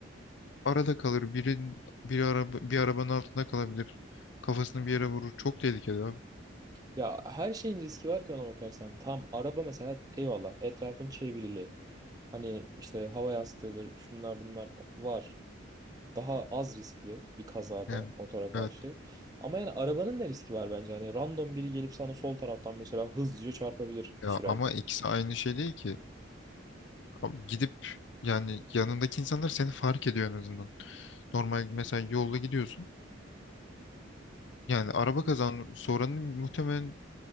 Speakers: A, on the left; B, on the right.
A: arada kalır. Biri, bir araba bir arabanın altında kalabilir. Kafasını bir yere vurur. Çok tehlikeli abi.
B: ya her şeyin riski var ki ona bakarsan. Tam araba mesela eyvallah etrafın çevrili. Hani işte hava yastığıdır, şunlar bunlar var. daha az riskli bir kazada
A: Yani
B: motora karşı.
A: evet
B: Ama yani arabanın da riski var bence. Hani random biri gelip sana sol taraftan mesela hızlıca çarpabilir
A: ya
B: sürerken.
A: ama ikisi aynı şey değil ki. Abi Gidip yani yanındaki insanlar seni fark ediyor en azından. Normal mesela yolda gidiyorsun. Yani araba kazan soranın muhtemelen